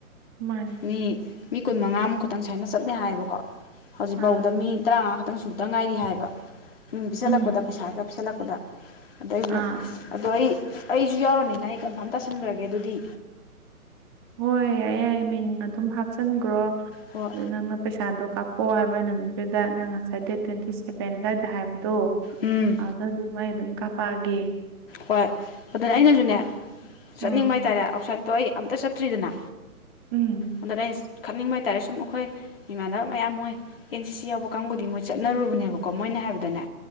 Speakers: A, on the right; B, on the left.
A: ꯃꯥꯅꯦ
B: ꯃꯤ ꯃꯤ ꯀꯨꯟ ꯃꯉꯥꯃꯨꯛ ꯈꯇꯪ ꯁꯥꯏꯅ ꯆꯠꯅꯦ ꯍꯥꯏꯌꯦꯕꯀꯣ ꯍꯧꯖꯤꯛꯐꯥꯎꯕꯗ
A: ꯑꯥ
B: ꯃꯤ ꯇꯔꯥꯃꯉꯥ ꯈꯛꯇꯪ ꯁꯨꯕꯗ ꯉꯥꯏꯔꯤ ꯍꯥꯏꯕ ꯃꯤꯡ ꯄꯤꯁꯜꯂꯛꯄꯗ
A: ꯎꯝ
B: ꯄꯩꯁꯥꯒ ꯄꯤꯁꯜꯂꯛꯄꯗ ꯑꯗꯥ ꯑꯩꯖꯨ
A: ꯑꯥ
B: ꯑꯗꯣ ꯑꯩ ꯑꯩꯖꯨ ꯌꯥꯎꯔꯅꯤꯅ ꯑꯩ ꯀꯟꯐꯥꯝ ꯇꯥꯁꯟꯒꯔꯥꯒꯦ ꯑꯗꯨꯗꯤ
A: ꯍꯣꯏ ꯌꯥꯏꯌꯦ ꯌꯥꯏꯌꯦ ꯃꯤꯡ ꯑꯗꯨꯝ ꯍꯥꯞꯆꯤꯟꯒꯔꯣ
B: ꯍꯣꯏ
A: ꯑꯗꯨ ꯅꯪꯅ ꯄꯩꯁꯥꯗꯣ ꯀꯥꯞꯄꯛꯑꯣ ꯍꯥꯏꯕ ꯅꯨꯃꯤꯠꯇꯨꯗ ꯅꯪ ꯉꯁꯥꯏ ꯗꯦꯠ ꯇ꯭ꯋꯦꯟꯇꯤ ꯁꯚꯦꯟ ꯑꯗꯨꯋꯥꯏꯗ ꯍꯥꯏꯕ ꯑꯗꯣ
B: ꯎꯝ
A: ꯑꯗꯨꯗ ꯑꯗꯨꯝ ꯑꯩ ꯑꯗꯨꯝ ꯀꯥꯄꯛꯑꯒꯦ
B: ꯍꯣꯏ ꯑꯗꯨꯅ ꯑꯩꯅꯖꯨꯅꯦ ꯆꯠꯅꯤꯡꯕ
A: ꯑꯥ
B: ꯍꯥꯏꯇꯥꯔꯦ ꯑꯥꯎꯠꯁꯥꯏꯠꯇꯣ ꯑꯩ ꯑꯝꯇ ꯆꯠꯇ꯭ꯔꯤꯗꯅ
A: ꯎꯝ
B: ꯑꯗꯨꯅ ꯑꯩꯅ ꯈꯪꯅꯤꯡꯕ ꯍꯥꯏꯇꯥꯥꯔꯦ ꯁꯨꯝ ꯑꯩꯈꯣꯏ ꯏꯃꯥꯟꯅꯕ ꯃꯌꯥꯝ ꯃꯣꯏ ꯑꯦꯟ ꯁꯤ ꯁꯤ ꯌꯥꯎꯕ ꯀꯥꯡꯒꯨꯗꯤ ꯃꯣꯏ ꯆꯠꯅꯔꯨꯕꯅꯦꯕꯀꯣ ꯃꯣꯏꯅ ꯍꯥꯏꯕꯗꯅꯦ